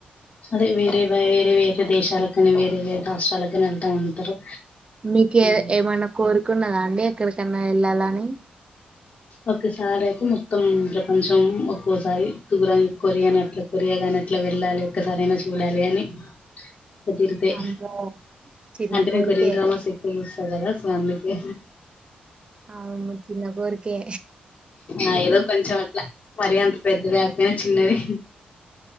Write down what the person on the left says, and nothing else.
అదే వేరే వేరే వేర దేశాలక వేరే వేరే రాష్ట్రాలకు కాని వెళ్తా ఉంటారు
ఉమ్
ఒకసారి అయితే మొత్తం ప్రపంచం ఒక్కోసారిగుర కొరియానిట్లా కొరియా కాని అట్లా వెళ్ళాలి ఒక్కసార అయినా చూడాలి అని కుదిరుదే
అంటే
నేను కొరియన్ డ్రామాస్ ఎక్కువ చూస్తాారు కదా స్మిలీకి
ఆ ఏదో కొంచెం అట్లా మరిీ అంత పెద్దది లేకపోయినా చిన్నది